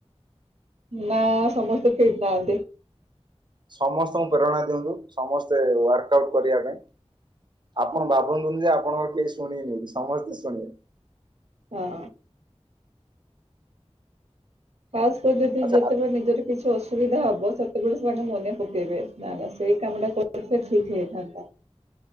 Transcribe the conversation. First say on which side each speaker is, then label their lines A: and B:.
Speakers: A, on the right; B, on the right.
A: ନା ସମସ୍ତେ ଫିଟ୍ ନାହାନ୍ତି।
B: ସମସ୍ତଙ୍କୁ ପ୍ରେରଣା ଦିଅନ୍ତୁ ସମସ୍ତେ ୱାର୍କ ଆଉଟ କରିବା ପାଇଁ ଆପଣ ଭାବନ୍ତୁନି ଯେ ଆପଣଙ୍କର କେହି ଶୁଣି ବେନି ସମସ୍ତେ ଶୁଣିବେ।
A: ହଁ। ଖାସ୍ କରି ଯଦି
B: ଆଚ୍ଛା
A: ଯେତେବେଳେ ନିଜର କିଛି ଅସୁବିଧା ହବ ବାସସେତେବେଳେ ସେଙ୍କେ ମନେ ପକେଇବେ ନା ନା ସେଇ କାମ ଟା କରଥିଲେ ଠିକ ହେଇଥାନ୍ତା